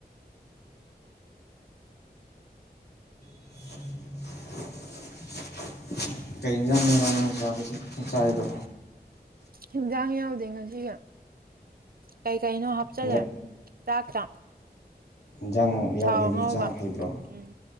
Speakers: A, on the left; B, on the right.
A: <inaudible> ꯀꯩ ꯌꯦꯟꯁꯥꯡꯅ ꯋꯥꯅꯅ ꯆꯥꯕꯁꯤ ꯆꯥꯏꯔꯤꯗꯣ
B: ꯍꯤꯟꯖꯥꯡ ꯌꯥꯎꯗꯦ ꯉꯁꯤꯒ ꯀꯩꯀꯩꯅꯣ ꯍꯥꯞꯆꯜꯂ
A: ꯍꯟꯗꯛ
B: ꯆꯥꯛꯇ
A: ꯏꯟꯖꯥꯡ ꯌꯥꯎꯗꯕꯤ
B: ꯊꯥꯎ ꯉꯧꯕ
A: ꯆꯥꯕ ꯍꯩꯕ꯭ꯔꯣ
B: ꯎꯝ